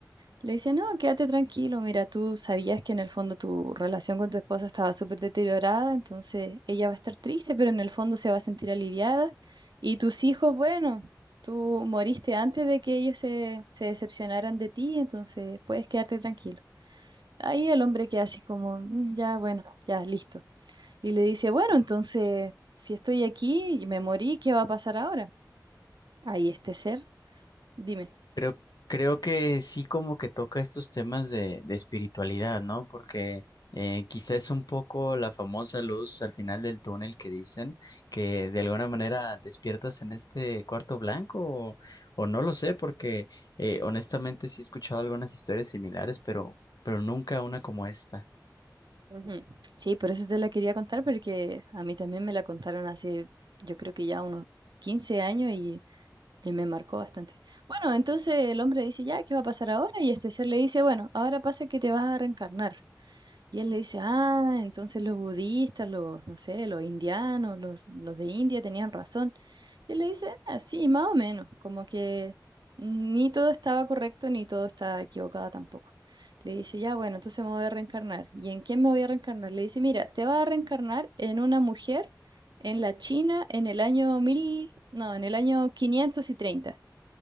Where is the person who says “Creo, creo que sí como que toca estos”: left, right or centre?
Left